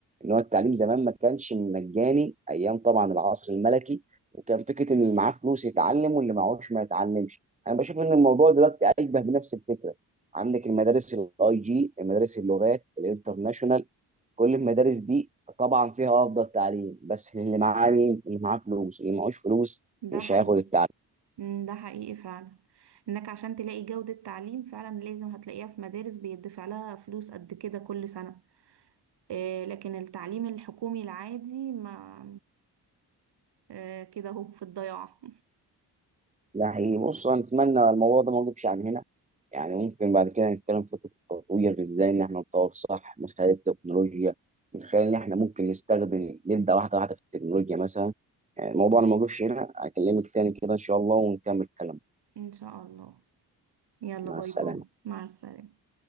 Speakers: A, on the right; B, on the right.
A: ان هو التعليم زمان ما كانش مجاني ايام طبعا العصر الملكي وكان فكره ان اللي معاه فلوس يتعلم واللي معهوش ما يتعلمش انا بشوف ان الموضوع دلوقتي اشبه بنفس الفكره عندك المدارس الاي جي مدارس اللغات الانترناشونال كل المدارس دي طبعا فيها افضل تعليم بس اللي معاه مين اللي معاه فلوس اللي معهوش فلوس
B: ده
A: مش
B: حقيقي
A: هياخد التعليم
B: مم، ده حقيقي فعلا انك عشان تلاقي جودة تعليم فعلا لازم هتلاقيها في مدارس بيدفع لها فلوس قد كده كل سنة آه لكن التعليم الحكومي العادي ما آه كده اهو في الضياع
A: ده حقيقي بص نتمنى الموضوع ده ما وقفش عن هنا يعني ممكن بعد كده نتكلم في فكرة التطوير ازاي ان احنا نطور صح من خلال التكنولوجيا من خلال ان احنا ممكن نستخدم نبدأ واحدة واحدة في التكنولوجيا مثلا يعني الموضوع أنا ما وقفش هنا اكلمك تاني كده ان شاء الله ونكمل كلام
B: <laughs> ان شاء الله يلا
A: مع
B: باي
A: السلامة
B: باي مع السلامة